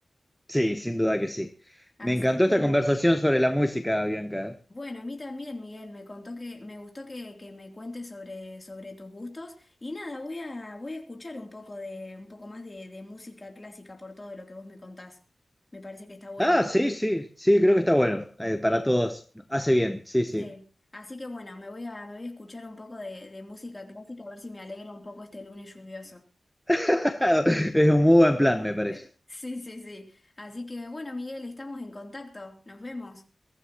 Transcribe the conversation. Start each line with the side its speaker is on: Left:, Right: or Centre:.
Centre: Sí, sin duda que sí.
Left: Así
Centre: Me encantó
Left: que,
Centre: esta conversación sobre la música, Bianca. ¿eh?
Left: bueno, a mí también, Miguel, me contó que me gustó que, que me cuentes sobre, sobre tus gustos. Y nada, voy a, voy a escuchar un poco de, un poco más de, de música clásica por todo lo que vos me contás. Me parece que está bueno.
Centre: Ah, sí, sí, sí, creo que está bueno. eh, para todos. Hace bien, sí,
Left: Sí.
Centre: sí.
Left: Así que bueno, me voy a, me voy a escuchar un poco de, de música clásica a ver si me alegra un poco este lunes lluvioso.
Centre: <laughs> Es un muy buen plan, me parece.
Left: Eh, <laughs> Sí, sí, sí. Así que bueno, Miguel, estamos en contacto. Nos vemos.